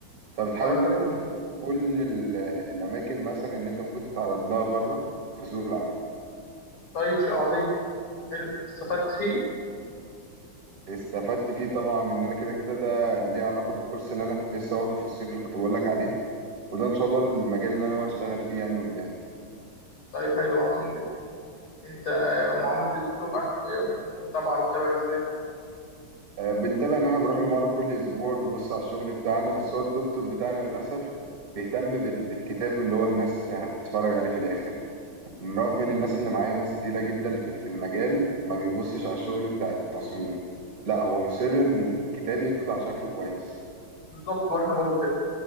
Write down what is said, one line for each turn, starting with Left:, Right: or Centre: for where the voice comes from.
Right: فبتحاول
Left: طيب
Right: ان
Left: حلو
Right: انت تحتك بكل ال- الاماكن مثلا اللي انت ممكن تتعرض لها بره في سوق العمل
Left: طيب شيء عظيم حلو استفدت فيه
Right: استفدت فيه طبعا ان انا كده كده ده ليه علاقه بالكورس اللي انا كنت لسه واخده في الصيف اللي كنت بقول لك عليه وده ان شاء الله المجال اللي انا بشتغل فيه يعني قدام
Left: طيب حلو عظيم جدا انت معاملة الدكتور معاك متابعة بتتابع ازاي
Right: آه، بنتابع ان احنا بنروح له مره كل اسبوع بيبص على الشغل بتاعنا بس هو الدكتور بتاعنا للاسف بيهتم بال- بالكتاب اللي هو الناس هتتفرج عليه في الاخر رغم
Left: مم.
Right: ان الناس اللي معايا ناس تقيله جدا في في المجال ما بيبصش على الشغل بتاع التصميم لا هو مصر ان الكتاب يطلع شكله كويس
Left: بالظبط واحنا برضو كده